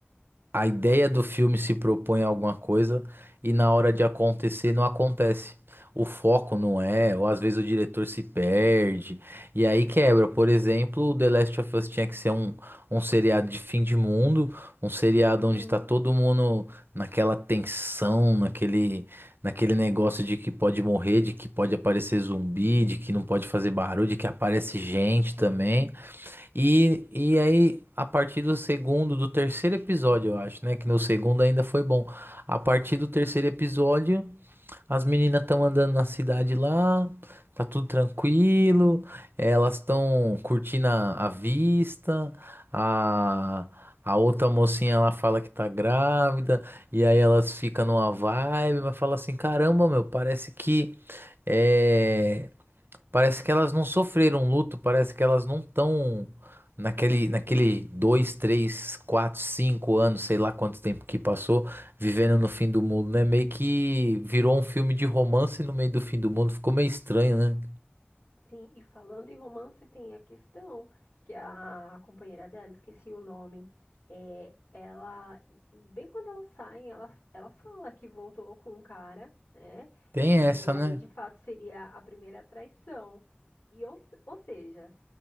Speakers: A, on the right; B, on the left.
A: a ideia do filme se propõe a alguma coisa e na hora de acontecer não acontece. O foco não é, ou às vezes o diretor se perde, e aí quebra. Por exemplo, o The Last of Us tinha que ser um, um seriado de fim de mundo, um seriado
B: Uhum.
A: onde tá todo mundo naquela tensão, naquele, naquele negócio de que pode morrer, de que pode aparecer zumbi, de que não pode fazer barulho, de que aparece gente
B: Sim.
A: também. E, e aí, a partir do segundo, do terceiro episódio, eu acho, né? Que no segundo ainda foi bom. A partir do terceiro episódio, as meninas estão andando na cidade lá, tá tudo tranquilo, elas estão curtindo a, a vista, a, a outra mocinha ela fala que tá grávida, e aí elas ficam numa vibe, mas fala assim: caramba, meu, parece que. eh, Parece que elas não sofreram luto, parece que elas não estão naquele, naquele dois, três, quatro, cinco anos, sei lá quanto tempo que passou, vivendo no fim do mundo, né? Meio que virou um filme de romance no meio do fim do mundo, ficou meio estranho, né?
B: Sim, e falando em romance, tem a questão que a companheira dela, esqueci o nome, é, ela, bem quando elas saem, ela, ela fala que voltou com um cara, né?
A: Tem
B: E
A: essa,
B: ali
A: né?
B: de fato seria a primeira traição. E ou, ou seja,